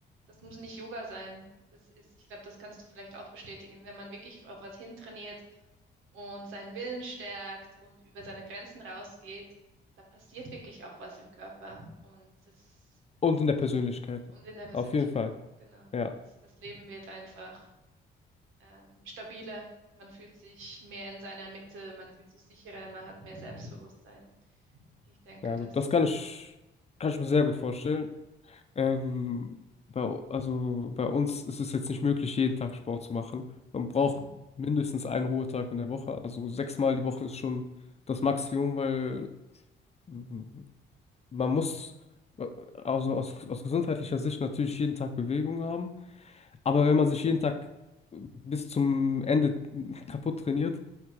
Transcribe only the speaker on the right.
Das muss nicht Yoga sein. Das ist, ich glaube, das kannst du vielleicht auch bestätigen. Wenn man wirklich auf was hintrainiert, und seinen Willen stärkt und über seine Grenzen rausgeht, da passiert wirklich auch was im Körper und das, das
und in der Persönlichkeit,
genau.
Und das, das Leben wird einfach ähm, stabiler. Man fühlt sich mehr in seiner Mitte, man fühlt sich sicherer, man hat mehr Selbstbewusstsein. Ich denke,
dass,
hm,